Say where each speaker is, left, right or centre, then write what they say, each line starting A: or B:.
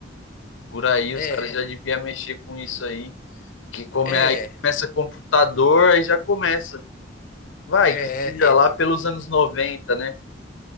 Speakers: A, on the left (about 80°); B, on the left (about 45°).
A: por aí,
B: É,
A: os caras já deviam mexer com isso aí. Que come,
B: é,
A: aí começa computador, aí já começa. Vai,
B: é.
A: que seja
B: é.
A: lá pelos anos noventa, né?